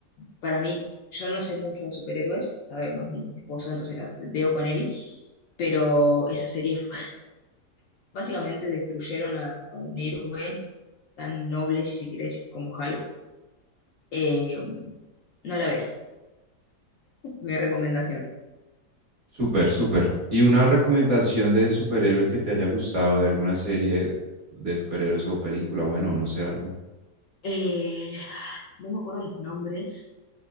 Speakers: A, on the left; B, on the right.
A: para mí, yo no sé mucho de superhéroes, sabe más mi esposo, entonces la veo con él. Pero esa serie fue, <laughs> básicamente destruyeron a, a un héroe tan noble, si se quiere decir, como Hulk. Eh, no la veas, mi recomendación.
B: Súper, súper. ¿Y una recomendación de superhéroe que te haya gustado de alguna serie de superhéroes o película? Bueno, no sé, algo.
A: Eh, no me acuerdo los nombres,